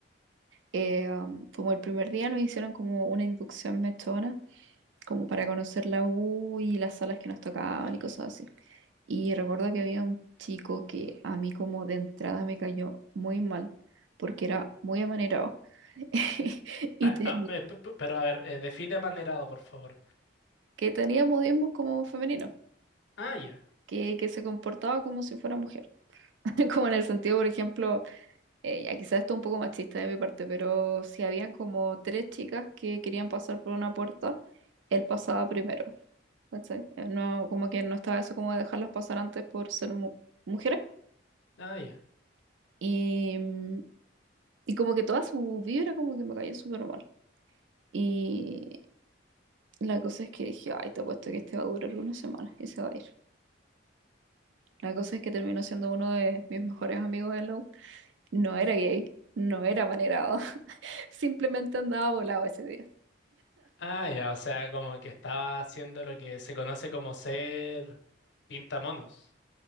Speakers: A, on the right (about 75°); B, on the left (about 70°).
A: eh, um, como el primer día nos hicieron como una inducción mechona, como para conocer la U y las salas que nos tocaban y cosas así. Y recuerdo que había un chico que a mí como de entrada me cayó muy mal, porque era muy amanerado. <laughs> Y,
B: Ah,
A: te-
B: ah, pe- pe- pe- pero a ver, eh, define amanerado, por favor.
A: que tenía modismos como femeninos,
B: Ah, ya.
A: que, que se comportaba como si fuera mujer. <laughs> Como en el sentido, por ejemplo, eh, ya quizás esto es un poco machista de mi parte, pero si habían como tres chicas que querían pasar por una puerta, él pasaba primero. ¿cachai? Eh, No, como que no estaba eso como de dejarlas pasar antes por ser mu- mujeres.
B: Ah, ya.
A: Y, mm, y como que toda su vibra como que me cayó súper mal. Y la cosa es que dije, ay, te apuesto que este va a durar una semana y se va a ir. La cosa es que terminó siendo uno de mis mejores amigos en la U. No era gay, no era manerado, <laughs> simplemente andaba volado ese día.
B: Ah, ya, o sea, como que estaba haciendo lo que se conoce como ser pintamonos.